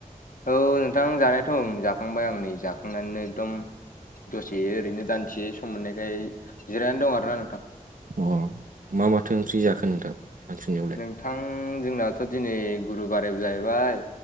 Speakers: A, on the left; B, on the right.
A: औ नोंथां जानायाथ' ओं जाखांबाय आं नै जाखांनानैनो एकदम दसे ओरैनो दानसे सम मोननायखाय जिरायनानै दं आरो ना नोंथां।
B: अ' मा माथो ओंख्रि जाखो नोंथां सानसुनियाव
A: नोंथां जोंनाथ' दिनै गुरु बारायाव जाहैबाय